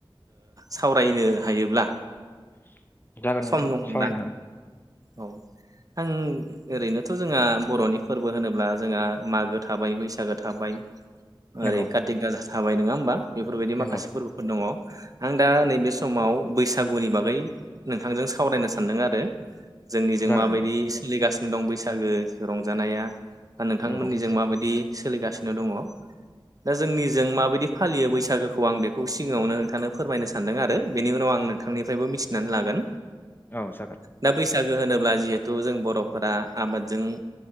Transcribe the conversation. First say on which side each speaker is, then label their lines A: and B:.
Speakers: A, on the right; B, on the left.
A: सावरायनो ओ हायोब्ला।
B: <inaudible> जागोन
A: सम
B: नोंथां
A: दङब्ला
B: सावरायनो हागोन।
A: औ आं ओरैनोथ' जोंहा बर'नि फोरबो होनोब्ला जोंहा मागो थाबाय बैसागो थाबाय।
B: नंगौ
A: ओरै काति गासा। थाबाय नङा होमबा? बेफोरबायदि
B: नंगौ
A: माखासे फोरबोफोर दङ। आं दा नैबे समाव बैसागुनि बागै। नोंथांजों सावरायनो सानदों आरो। जोंनिजों
B: जागोन
A: माबायदि
B: नोंथां
A: सोलिगासिनो। दं बैसागो रंजानाया। नोंथांमोननि
B: नंगौ
A: जों माबायदि। सोलिगासिनो दङ दा जोंनिजों माबायदि फालियो बैसागोखौ आं बेखौ सिगाङावनो नोंथांनो फोरमायनो सानदों आरो बेनि उनाव आं नोंथांनिफ्रायबो मिथि नानै लागोन।
B: औ जागोन।
A: दा बैसागो होनोब्ला जिहेथु जों बर'फोरा आबादजों